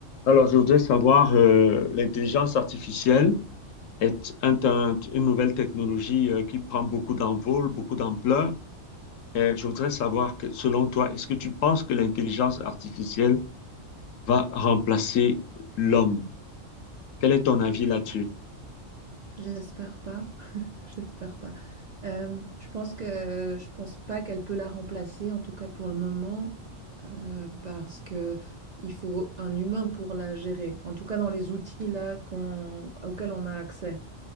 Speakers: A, on the left (about 80°); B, on the right (about 60°).
A: Alors, je voudrais savoir, euh, l'intelligence artificielle est un- un- une nouvelle technologie euh, qui prend beaucoup d'envol, beaucoup d'ampleur. Et je voudrais savoir que, selon toi, est-ce que tu penses que l'intelligence artificielle va remplacer l'homme? Quel est ton avis là-dessus?
B: J'espère pas, <laughs> j'espère pas. Hem, je pense que je pense pas qu'elle peut la remplacer, en tout cas pour le moment, heu, parce qu'il faut un humain pour la gérer. En tout cas dans les outils là qu'on auxquels on a accès,